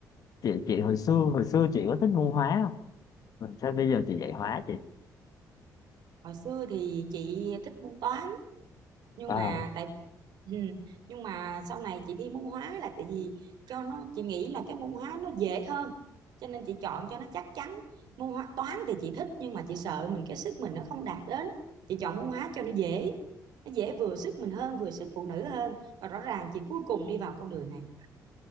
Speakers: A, on the left; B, on the right.
A: chị chị hồi xưa hồi xưa chị có thích môn hóa không Mà sao bây giờ chị dạy hóa chị
B: hồi xưa thì chị thích môn toán nhưng
A: à
B: mà tại ừ, nhưng mà sau này chị thi môn hóa là tại vì cho nó chị nghĩ là cái môn hóa nó dễ hơn cho nên chị chọn cho nó chắc chắn môn hóa toán thì chị thích nhưng mà chị sợ mình cái sức mình nó không đạt đến chị chọn môn hóa cho nó dễ nó dễ vừa sức mình hơn vừa sức phụ nữ hơn và rõ ràng chị cuối cùng đi vào con đường này